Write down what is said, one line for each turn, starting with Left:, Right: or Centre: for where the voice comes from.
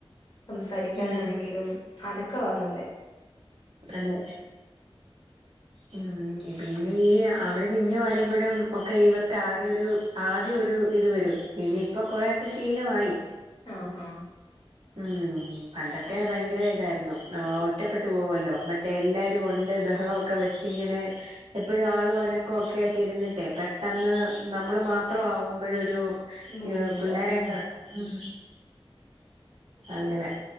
Left: സംസാരിക്കാനാണെങ്കിലും
Right: ഉം
Left: അനക്കവാന്നല്ലേ.
Right: അതെ. ഉം പിന്നെ ഈ അവിടെന്ന് ഇങ്ങ് വരുമ്പഴും ഒക്കെ ഇവർക്ക് ആകെ ഒരു, ആദ്യം ഒരു ഇത് വരും ഇനിയിപ്പൊ കൊരെയോക്കെ ശീലമായി
Left: ആ ഹാ
Right: ഉം പണ്ടൊക്കെ ഭയങ്കര ഇതായിരുന്നു ഒറ്റപ്പെട്ട് പോവുംല്ലോ എല്ലാരും ഒണ്ട് ബഹളൊക്കെ വെച്ച് ഇങ്ങനെ എപ്പോഴും ആളും അനക്കോം ഒക്കെ ആയിട്ട് ഇരുന്നിട്ട് ട്ടെ പെട്ടെന്ന് നമ്മള് മാത്രം ആവുമ്പോഴൊരു
Left: ബുദ്ധിമുട്ടാ
Right: പിള്ളോരെങ്ങ്
Left: ഉം
Right: ഉം അങ്ങനെ